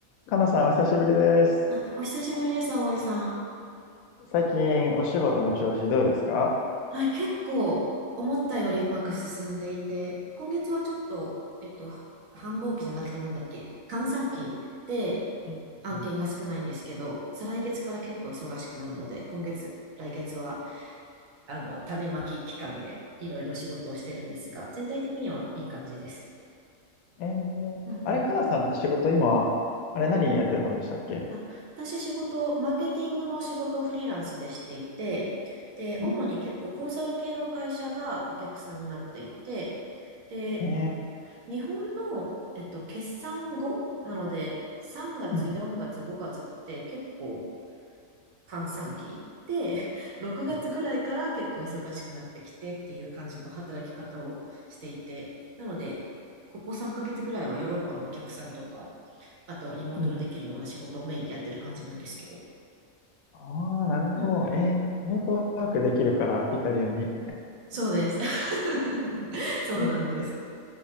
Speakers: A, on the left; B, on the right.
A: かなさん、お久しぶりです。
B: あ、お久しぶりです、葵さん。
A: 最近、お仕事の調子どうですか
B: はい、結構思ったよりうまく進んでいて、今月はちょっと、えっと、は繁忙期じゃなくてなんだっけ、閑散期で
A: うんうん
B: 案件が少ないんですけど、再来月から結構忙しくなるので、今月、来月は、あの、種まき期間でいろいろ仕事をしてるんですが、全体的にはいい感じです。
A: うんえー、
B: うんうん
A: あれ、かなさんって仕事今、あれ何やってたんでしたっけ
B: あ、私仕事、マーケティングの仕事をフリーランスでしていて、で、
A: うん
B: 主に結構コンサル系の会社がお客さんになっていて、で、
A: え
B: 日本の、えっと、決算後なので、3月、
A: うんうんうん
B: 4月、5月って結構閑散期で、<laughs> 6月ぐらいから結構忙しくなってきてっていう感じの働き方をしていて、
A: あ
B: なので、ここ3ヶ月ぐらいはヨーロッパのお客さんとか、あとはリモートでできるような仕事をメインでやってる感じなんですけど。
A: ーうんああ、なるほど。
B: うんうん。
A: えー、リモートワークできるから、イタリアに。
B: そうです。<laughs> そうなんです。
A: うんい